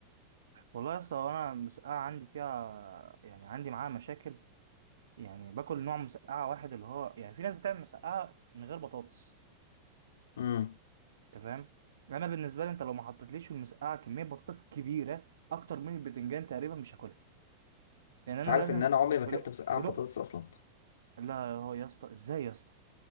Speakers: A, on the right; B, on the left.
A: والله يا اسطى هو انا المسقعه عندي فيها يعني عندي معاها مشاكل يعني باكل نوع مسقعه واحد اللي هو يعني في ناس بتعمل مسقعه من غير بطاطس
B: امم
A: انت فاهم انا بالنسبه لي انت لو ما حطيتليش في المسقعه كميه بطاطس كبيره اكتر من البتنجان تقريبا مش هاكلها لان
B: انت
A: انا
B: عارف
A: لازم
B: ان
A: في
B: انا عمري
A: في
B: ما اكلت
A: لق
B: مسقعة
A: في
B: بطاطس
A: لق
B: اصلا
A: لا هو يا اسطى ازاي يا اسطى